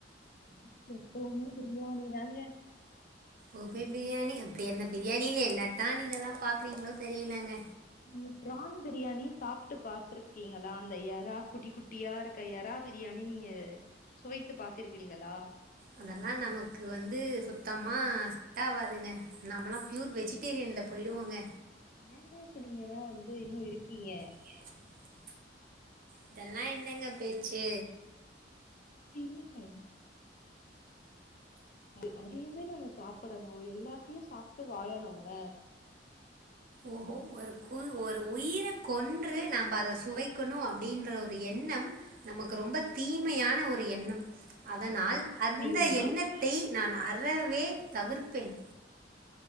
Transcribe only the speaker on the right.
ஓபே பிரியாணி அப்டி அந்த பிரியாணில என்னத்தா நீங்கல்லா பாக்குறீங்களோ தெரிலங்க
அதெல்லா நமக்கு வந்து சுத்தமா செட் ஆவாதுங்க நம்மலா ப்யூர் வெஜி டேரியன்ல போயிடுவோங்க
ங்க இதெல்லா என்னங்க பேச்சு
ஓஹோ ஒரு கு ஒரு உயிர கொன்று நம்ப அத சுவைக்கணு அப்டின்ற ஒரு எண்ணம் நமக்கு ரொம்ப தீமையான ஒரு எண்ணம் அதனால்
அந்த எண்ண த்தை நான் அறவே தவிர்ப்பேன்